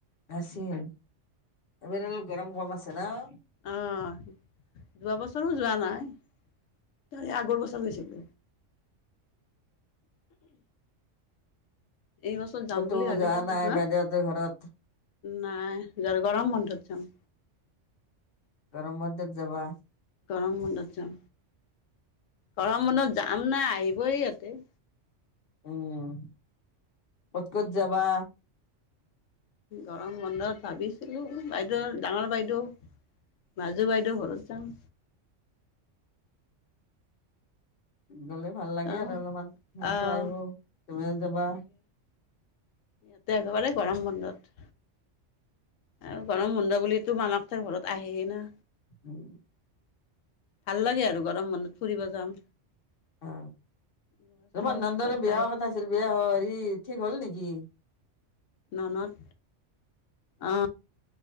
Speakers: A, on the left; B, on the left.
A: আছিল। এইবাৰ অলপ গৰম কম আছে ন?
B: অঁ যোৱা বছৰো যোৱা নাই। তাৰে আগৰ বছৰ গৈছিল? এই বছৰত যাম
A: ক'তো
B: বুলি ভাবিছিলোঁ
A: যোৱা নাই
B: হা?
A: বাইদেউহঁতৰ ঘৰত
B: নাই য গৰম বন্ধত যাম।
A: গৰম বন্ধত যাবা?
B: গৰম বন্ধত যাম। গৰম বনত যাম না আহিবৈ আকো।
A: উম ক'ত ক'ত যাবা?
B: গৰম বন্ধত ভাবিছিলো। বাইদেউ ডাঙৰ বাইদেউ মাজো বাইদেও ঘৰত যাম।
A: গ'লে ভাল লাগে
B: চাওঁ
A: আৰু অলপমান সিহঁতো
B: আহ
A: আহিব তুমিও যাবা।
B: এতিয়া একেবাৰে গৰম বন্ধত। আৰু গৰম বন্ধ বুলিটো মামাক তাৰ ঘৰত আহেই না।
A: <unintelligible>
B: ভাল লাগে আৰু গৰম বন্ধত ফুৰিব যাম।
A: অ
B: ল'ৰা ছোৱালীবিলাক
A: তোমাৰ নন্দৰে
B: ভাল পায়
A: বিয়া কথা আছিল বিয়া হেৰি ঠিক হ'ল নেকি?
B: ননত অ।